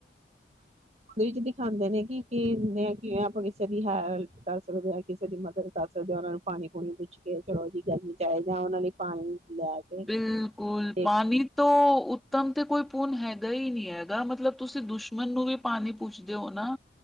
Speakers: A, on the right; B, in the centre.
A: ਵਿੱਚ ਦਿਖਾਂਦੇ ਨੇ ਕਿ ਕੇ ਨੈ ਕਿਵੇਂ ਆਪਾਂ ਕਿਸੇ ਦੀ ਹੈਲਪ ਕਰ ਸਕਦੇ ਆਂ, ਕਿਸੇ ਦੀ ਮਦਦ ਕਰ ਸਕਦੇ ਆਂ। ਉਹਨਾਂ ਨੂੰ ਪਾਣੀ ਪੂਣੀ ਪੁੱਛ ਕੇ ਚਲੋ ਜੀ ਗਰਮੀ ਚ ਆਏ ਜਾਂ ਉਹਨਾਂ ਨੇ ਪਾਣੀ ਲੈ ਕੇ
B: ਬਿਲਕੁਲ
A: ਤੇ
B: ਪਾਣੀ ਤੋ ਉੱ ਤਮ ਤੇ ਕੋਈ ਪੂਨ ਹੈਗਾ ਈ ਨਈ ਹੈਗਾ ਮਤਲਬ ਤੁਸੀ ਦੁਸ਼ਮਣ ਨੂੰ ਵੀ ਪਾਣੀ ਪੁੱਛਦੇ ਔ ਨਾ